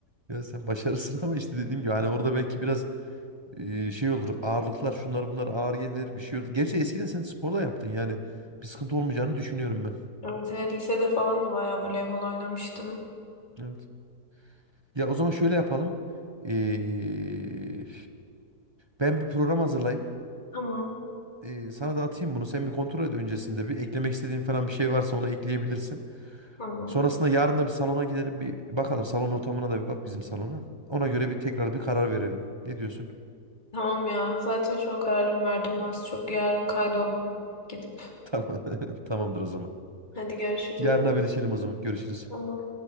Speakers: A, on the right; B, on the left.
A: Ya sen başarısın <laughs> ama işte dediğim gibi hani orada belki biraz eee, şey olur ağırlıklar şunlar bunlar ağır gelir bir şey olur. Gerçi eskiden sen spor da yaptın yani bir sıkıntı olmayacağını düşünüyorum ben.
B: Evet, evet lisede falan da bayağı voleybol oynamıştım.
A: Evet. Ya o zaman şöyle yapalım. Eee, ben bir program hazırlayayım.
B: Tamam,
A: Ee, sana da atayım bunu. Sen bir kontrol et öncesinde bir. Eklemek istediğin falan bir şey varsa ona ekleyebilirsin.
B: tamam.
A: Sonrasında yarın da bir salona gidelim bir bakalım. Salon ortamına da bir bak bizim salona. Ona göre bir tekrar bir karar verelim. Ne diyorsun?
B: Tamam ya. Zaten şu an kararımı verdim az çok. Yarın kaydoldum gidip.
A: <laughs> Tamam. <laughs> Tamamdır o zaman.
B: Hadi görüşürüz.
A: Yarın haberleşelim o zaman. Görüşürüz.
B: Tamam.